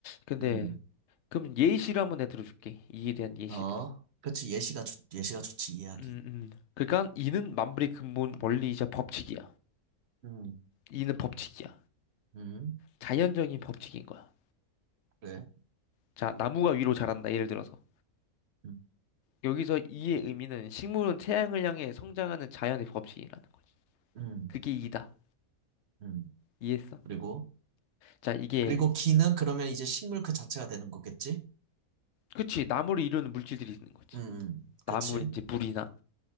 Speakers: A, on the left; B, on the right.
A: 근데,
B: 음.
A: 그럼 예시를 한번 내가 들어줄게. 이에 대한 예시를.
B: 어, 그렇지. 예시가 좋, 예시가 좋지. 이해하기.
A: 음, 음. 그러니까 이는 만물의 근본 원리이자 법칙이야.
B: 음,
A: 이는 법칙이야.
B: 음,
A: 자연적인 법칙인 거야.
B: 그래.
A: 자, 나무가 위로 자란다. 예를 들어서.
B: 음,
A: 여기서 이의 의미는 식물은 태양을 향해 성장하는 자연의 법칙이라는 거지.
B: 음,
A: 그게 이다.
B: 음.
A: 이해했어?
B: 그리고,
A: 자, 이게
B: 그리고 기는 그러면 이제 식물 그 자체가 되는 거겠지?
A: 그치. 나무를 이루는 물질들이 있는 거지.
B: 음, 음,
A: 나무
B: 그치.
A: 이제 물이나